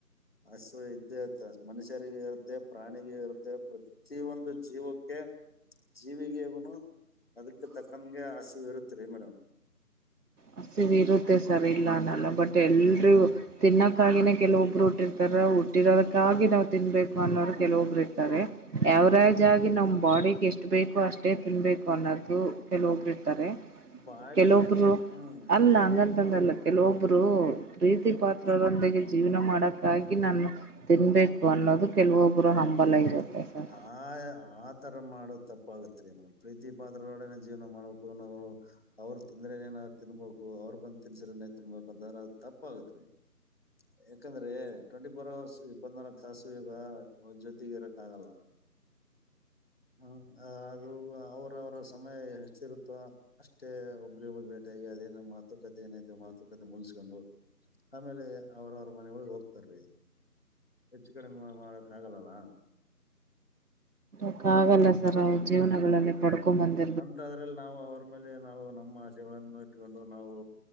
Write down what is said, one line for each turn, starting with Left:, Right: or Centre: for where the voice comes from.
Left: ಹಸು ಇದ್ದೇ ಆತ್ತ ಮನುಷ್ಯರಿಗೆ ಇರುತ್ತೆ ಪ್ರಾಣಿಗೆ ಇರುತ್ತೆ ಪ್ರ ಪ್ರತಿ ಒಂದು ಜೀವಕ್ಕೆ ಜೀವಿಗೆಗುನು ಅದಕ್ ತಕ್ಕನ್ಗೆ ಹಸಿವ ಇರುತ್ತರಿ ಮೇಡಮ್
Right: ಹ ಸ ಇರುತ್ತೆ ಸರಿ
Left: ಹ್ಮ್
Right: ಇಲ್ಲ ಅನ್ನಲ್ಲ ಬಟ್ ಎಲ್ರಿ
Left: ಹ್ಮ್
Right: ತಿನ್ನಕ್ ಕ್ಕಾಗಿನೇ ಕೆಲವೊಬ್ಬರು ಹುಟ್ಟಿರ್ತಾರ ಹುಟ್ಟಿರೋದಕ್ಕಾಗಿ ನಾವು ತಿನ್ಬೇಕು ಅನ್ನೋರು ಕೆಲವೊಬ್ರು ಇರ್ತಾರೆ ಯವರೇಜ್
Left: ಹ್ಮ್
Right: ಆಗಿ ನಮ್ ಬಾಡಿಗೆ ಎಷ್ಟು ಬೇಕೋ ಅಷ್ಟೇ ತಿನ್ಬೇಕು ಅನ್ನೋದು ಕೆಲವೊಬರು
Left: ಬಾಡಿ
Right: ಕೆಲವೊಬ್ರು
Left: ಹ್ಮ್
Right: ಅಲ್ಲ ಹಂಗಂತಂದಲ್ಲ
Left: ಹೌದ್ರಿ
Right: ಕೆಲವೊಬ್ರು ಪ್ರೀತಿ ಪಾತ್ರರೊಂದಿಗೆ ಜೀವನ ಮಾಡಕ್ಕಾಗಿ ನಾನು ತಿನ್ಬೇಕು ಅನ್ನೋದು ಕೆಲವೊಬ್ಬರು ಹಂಬಲ ಇರುತ್ತೆ
Left: ಹ
Right: ಸರ್
Left: ಹ ಆ ಆ ತರ ಮಾಡೋ ತಪ್ಪಾಗತ್ ನ ಪ್ರೀತಿ ಪಾತ್ರದೊಡನೆ ಜೀವನ ಮಾಡ್ಕು ನಾವು ಅವ್ರರು ತಿಂದ್ರೆನೇನ ತಿನ್ಬೇಕು ಅವ್ರರು ಬಂದ ತಿನ್ಸ್ರನೇ ತಿನ್ಬೇಕು ಅಂತ್ರ ಅದು ತಪ್ಪ ಆಗತ್ ರೀ ಯಾಕಂದ್ರೆ ಟ್ವೆಂಟಿ ಫೋರ್ ಅವರ್ಸ್ ಇಪ್ಪತ್ನಾಾಲ್ಕು ತಾಸು ಈಗ ಜೊತೆಗೆ ರಕ್ತ ಆಗಲ್ಲ ಹ್ಮ ಅದು ಅವ್ರವರ ಸಮಯ ಎಷ್ಟಿರುತ್ತ ಅಷ್ಟೇ ಒಬ್ಬ್ರಗ ಒಬ್ರು ಬೇಟ ಆಗಿ ಅದೇನೋ ಮಾತುಕತೆ ಏನಾಯ್ತು ಮಾತುಕತೆ ಮುಗಿಸ್ಕೊಂಡು ಆಮೇಲೆ ಅವ್ರವ್ರ ಮನೆೊಳಗ್ ಹೋಗ್ತಾರೀ ಹೆಚ್ಚು ಕಡೆ ಮಾಡಕ್ ಆಗಲ್ಲಲ್ಲ
Right: ಕ್ಕ ಆಗಲ್ಲ ಸರ್ ಅವವು ಜೀವನಗಳಲ್ಲಿ ಪಡ್ಕೊಂಬಂದ
Left: ಅಂತ ಅದ್ರಲ್ಲಿ ನಾವು ಅವ್ರ ಮೇಲೆ ನಾವು ನಮ್ಮ ಆಶೆಗಳನ್ನು ಇಟ್ಕೊಂಡು ನಾವು